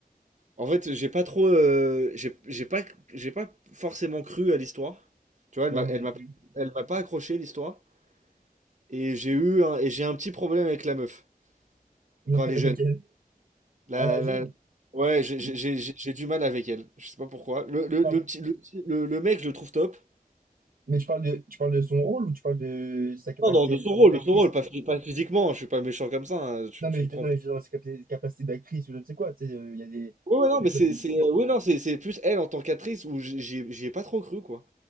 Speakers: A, on the right; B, on the right.
A: en fait, j'ai pas trop, euh, j'ai j'ai pas, j'ai pas forcément cru à l'histoire. Tu vois, elle
B: ouais,
A: m'a,
B: moi
A: elle
B: non
A: m'a,
B: plus.
A: elle m'a pas accroché l'histoire. Et j'ai eu un, et j'ai un petit problème avec la meuf
B: <laughs> La-
A: quand elle
B: Laquelle?
A: est jeune. La,
B: À la jeune?
A: la- Ouais, j'ai j'ai-
B: Mais
A: j'ai- j'ai- j'ai du mal avec elle. Je sais pas pourquoi. Le, le,
B: tu parles,
A: le petit, le, petit- le- le mec, je le trouve top.
B: mais tu parles de, tu parles de son rôle ou tu parles de sa capacité
A: Non, non, de son rôle,
B: d'actrice?
A: de son rôle, pas, phy- pas physiquement. Je suis pas méchant comme ça. hein, Tu,
B: Non,
A: tu
B: mais
A: me
B: je,
A: prends.
B: non, mais je dis dans sa capa- capacité d'actrice ou je ne sais quoi, tu sais, euh, il y a des,
A: Ouais, ouais, non,
B: des
A: mais
B: fois,
A: c'est,
B: il y a
A: c'est,
B: des,
A: euh, ouais, non, c'est, c'est plus elle en tant qu'actrice où j'ai- j'y ai j'y ai pas trop cru, quoi.